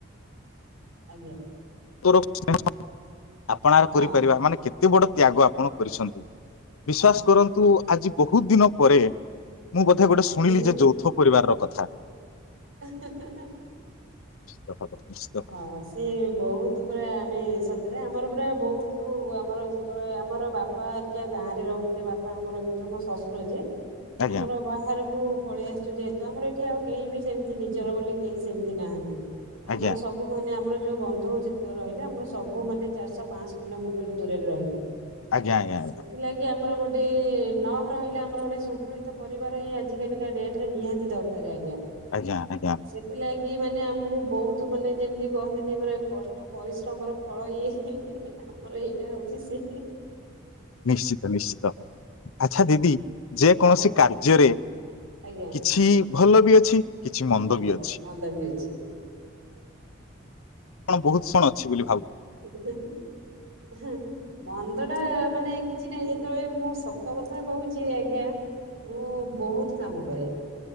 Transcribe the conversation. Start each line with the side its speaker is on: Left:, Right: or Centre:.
Right: ଆଜ୍ଞା।
Left: <unintelligible> ଆପଣାର
Right: ହଁ।
Left: କରିପାରିବା। ମାନେ କେତେ ବଡ଼ ତ୍ୟାଗ ଆପଣ କରିଛନ୍ତି। ବିଶ୍ଵାସ କରନ୍ତୁ ଆଜି ବୋହୁତ ଦିନ ପରେ ମୁଁ ବୋଧେ ଗୋଟେ ଶୁଣିଲି
Right: ଆଜ୍ଞା।
Left: ଯେ ଯୌଥ ପରିବାରର କଥା।
Right: ହେଁ ହେଁ।
Left: ଦେଖ <unintelligible>
Right: ହଁ ସେ ବହୁତ୍ ପୁରା ଆମେ ସତରେ ଆମର ପୁରା ବୋହୁତ ଆମର ଯେତେବେଳେ ଆମର ବାପା ହେରିକା ଗାଁରେ ରହୁଥିଲେ। ବାପା ଆମର ଯେଟ ମୋ ଶଶୁର ଯେ
Left: ଆଜ୍ଞା
Right: ଆମର ବାହାରକୁ ପଳେଇ ଆସିଚୁ ଯେହେତୁ ଆମର ଏଠି ଆଉ କେହି ବି ସେମିତି ନିଜର ବୋଲି କେହି ସେମିତି ନାହାନ୍ତି।
Left: ଆଜ୍ଞା
Right: ଆମର ସବୁ ମାନେ ଆମର ଯୋଉ ବନ୍ଧୁ ଯେତେକ ରହିଲେ। ଆମର ସବୁ ମାନେ ଚାରିଶ ପାଞ୍ଚଶ କିଲୋମିଟର ଦୂରରେ ରହିଲେ।
Left: ଆଜ୍ଞା ଆଜ୍ଞା ଆଜ୍ଞା
Right: ସେଥିଲାଗି ଆମର ଗୋଟେ ଗୋଟେ ନ ରହିଲେ ଆମର ଗୋଟେ ଶୃଙ୍ଖଳିତ ପରିବାର ହିଁ ଆଜି କାଲିକା ଡେଟରେ ନିହାତି ଦରକାର ଆଜ୍ଞା।
Left: ଆଜ୍ଞା ଆଜ୍ଞା।
Right: ସେଥିଲାଗି ମାନେ ଆମକୁ ବହୁତ୍ ତୁ ମାନେ ଯେମିତି କହନ୍ତିନି ମୋର କଷ୍ଟ ପରିଶ୍ରମର ଫଳ ଇଏ। ଆମର ଏଇଟା ହଉଛି ସେ
Left: ନିଶ୍ଚିତ ନିଶ୍ଚିତ। ଆଚ୍ଛା ଦିଦି ଯେକୌଣସି
Right: ଆଜ୍ଞା
Left: କାର୍ଯ୍ୟରେ
Right: ଆଜ୍ଞା
Left: କିଛି ଭଲ ବି ଅଛି କିଛି ମନ୍ଦ
Right: ଆଜ୍ଞା
Left: ବି ଅଛି।
Right: ମନ୍ଦ ବି ଅଛି।
Left: ଆପଣ ବହୁତ ଶଣ ଅଛି ବୋଲି ଭାବୁ
Right: <unintelligible> ହୁଁ। ମନ୍ଦ ଟା ମାନେ କିଛି ନାହିଁ ଯେତେବେଳେ ମୁଁ ସତ କଥା କହୁଛି ଆଜ୍ଞା ମୁଁ ବହୁତ କାମ କରେ।